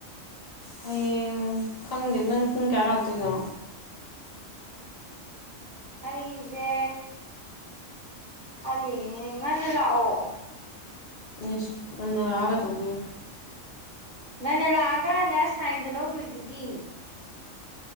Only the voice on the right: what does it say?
ꯑꯩꯁꯦ ꯈꯜꯂꯤꯅꯦ ꯉꯟꯅ ꯂꯥꯛꯑꯣ
ꯉꯟꯅ ꯂꯥꯛꯑ ꯀꯥꯟꯗ ꯁꯥꯏꯟꯗꯣ ꯂꯧꯗꯣꯏꯗꯨꯗꯤ